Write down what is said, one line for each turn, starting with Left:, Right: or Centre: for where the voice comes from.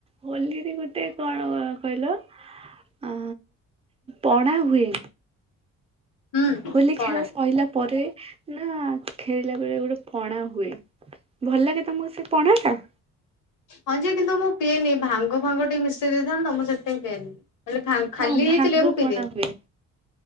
Right: ହୋଲିରେ ଗୋଟେ କଣ କହିଲ? ଆ ପଣା ହୁଏ।
Left: ହୁଁ
Right: ହୋଲି
Left: କଣା।
Right: ଖେଳ ସଇଲା ପରେ ନା ଖେଳିଲା ବେଳେ ଗୋଟେ ପଣା ହୁଏ ଭଲ ଲାଗେ ତମକୁ ସେ ପଣା ଟା?
Left: ହଁଜେ କିନ୍ତୁ ମୁଁ ପିଏନି ଭାଙ୍ଗ ଫାଙ୍ଗ ଟିକେ ମିଶେଇ ଦେଇଥାନ୍ତ ତ ମୁଁ ସେଥିପାଇଁ ପିଏନି। ନହେଲେ
Right: ହଁ
Left: ଖାଲି ଦେଇଥିଲେ
Right: ଭାଙ୍ଗ
Left: ମୁ ପିଇଦିଏ।
Right: ପଣା ହୁଏ।